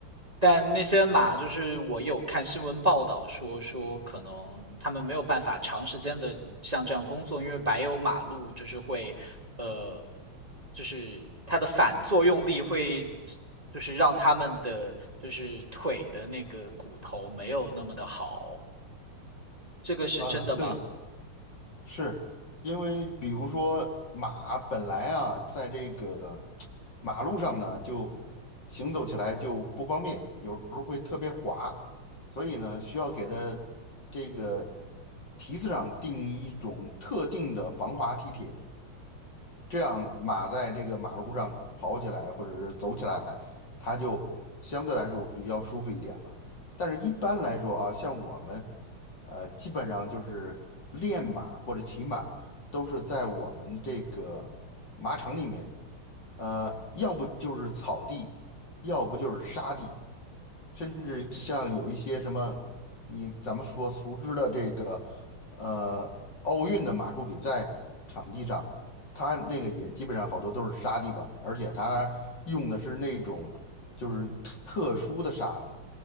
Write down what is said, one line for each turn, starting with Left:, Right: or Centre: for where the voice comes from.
Right: 但那些马就是我有看新闻报道说说可能他们没有办法长时间的像这样工作，因为柏油马路就是会呃，就是它的反作用力会就是让他们的就是腿的那个骨头没有那么的好。这个是真的吗？
Left: 啊，对，是因为，比如说马本来啊，在这个马路上呢，就行走起来就不方便，有时候会特别滑，所以呢，需要给它这个蹄子上定一种特定的防滑蹄铁，这样马在这个马路上跑起来或者是走起来，它就相对来说比较舒服一点了。但是一般来说啊，像我们，呃，基本上就是练马或者骑马，都是在我们这个马场里面，呃，要不就是草地，要不就是沙地。甚至像有一些什么，你咱们说熟知的这个，呃，奥运的马术比赛场地上，它那个也基本上好多都是沙地吧，而且它用的是那种就是特殊的沙子，